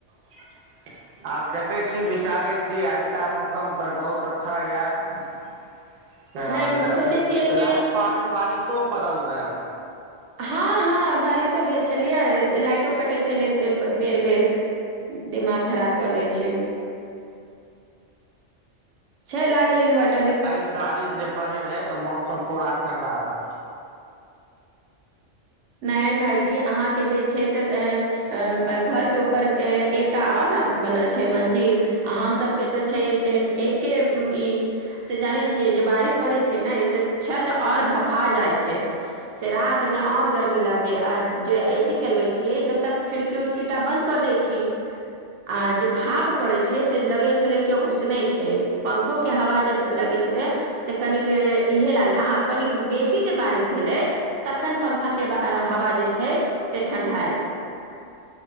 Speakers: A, on the right; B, on the right.
A: <inaudible> आब देखैत छी विचारैत छी आजुका मौसम तऽ बहुत अच्छा यए
B: नहि म-
A: गर्मी
B: सोचै छियै कि
A: रात पानी बारिशो पड़ल रहए
B: हाँ हाँ बारिशो भेल छलैए लाइटो कटैत छलै बेर बेर दिमाग खराब कर दै छै छै लागल इनवट
A: आ बारिश जे पड़ैत रहै तऽ मौसम पूरा ठणडा रहै
B: नहि भाईजी अहाँके जे छै तऽ घरके ऊपर एकटा आओर बनल छै मंजिल आ हम सबके तो छै एक्के ई से जानै छियै जे बारिश पड़ै छै ने ऐ से छत ओर भफा जाइ छै से रात मे और गर्मी लागे आ ए सी चलबै छीयै तऽ सब खिड़की उड़कीटा बन्द कर दै छी आ जे भाप पड़ैत छै से लगै छलै के उसनै छै पंखो के हवा जे लगे छलै से कनिक इहे लागे हां कनिक बेसी जे बारिश भेलै तखन पंखा के हवा जे छै से ठंढ़ायल